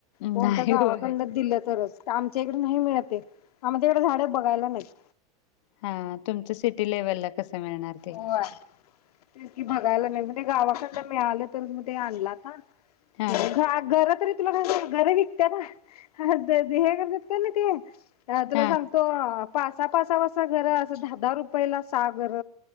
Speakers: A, on the left; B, on the left.
A: कोणत
B: नाही
A: गावाकडन
B: होय
A: दिलं तरच त आमच्या तरं नाही मिळत ते आमच्या कड झाड बघायला नाहीत.
B: हा तुमच सिटी लेव्हल ला कस मिळणार. ते
A: व्हय तेच की बघायला नाही म्हणजे गावाकडन मिळालं तर म ते आणल आता
B: हा
A: घा गर तरी तुला काय गर विकत्या का त त हे करतात का न ते हं तुला
B: हा
A: सांगतो अ पाच असापासापासा घर असं दहा दहा रुपयेला सा घर.